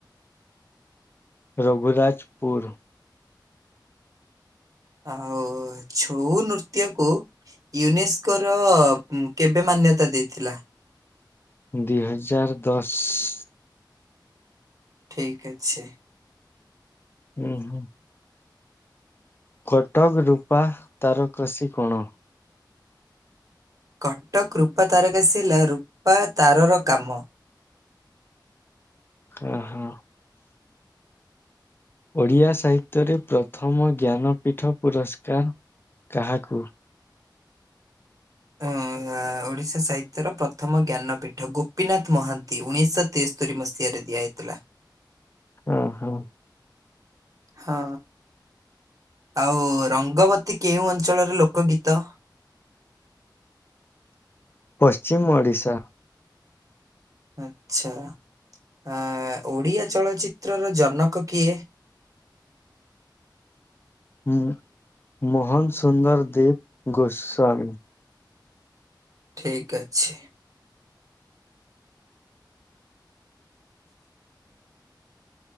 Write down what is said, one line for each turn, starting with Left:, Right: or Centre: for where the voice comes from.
Left: ରଘୁରାଜପୁର।
Right: ଆଉ ଛଉ ନୃତ୍ୟକୁୁ ୟୁନେସ୍କୋ ର କେବେ ମାନ୍ୟତା ଦେଇଥିଲା?
Left: ଦି ହଜାର ଦଶ।
Right: ଠିକ୍ ଅଛି।
Left: ଉଁ ହୁଁ କଟକ ରୂପା ତାର କୃଷି କୋଣ।
Right: କଟକ ରୂପା ତାରକାସି ହେଲା ରୂପା ତାରର କାମ।
Left: ଓ ହୋ। ଓଡିଆ ସାହିତ୍ୟରେ ପ୍ରଥମ ଜ୍ଞାନ ପୀଠ ପୁରସ୍କାର। କାହାକୁ?
Right: ଉଁ ଆ ଓଡ଼ିଶା ସାହିତ୍ୟର ପ୍ରଥମ ଜ୍ଞାନପୀଠ ଗୋପୀନାଥ ମହାନ୍ତି ଉଣେଇଶହ ତେସ୍ତୋରି ମସିହାରେ ଦିଆହେଇଥିଲା।
Left: ଓ ହୋ।
Right: ହଁ ଆଉ ରଙ୍ଗବତୀ କେଉଁ ଅଞ୍ଚଳର ଲୋକ ଗୀତ।
Left: ପଶ୍ଚିମ ଓଡିଶା।
Right: ଆଛା ଆ ଓଡ଼ିଆ ଚଳଚ୍ଚିତ୍ରର ଜନକ କିଏ?
Left: ହୁଁ ମୋହନ ସୁୁନ୍ଦର ଦେବ ଗୋସ୍ୱାମୀ।
Right: ଠିକ୍ ଅଛି।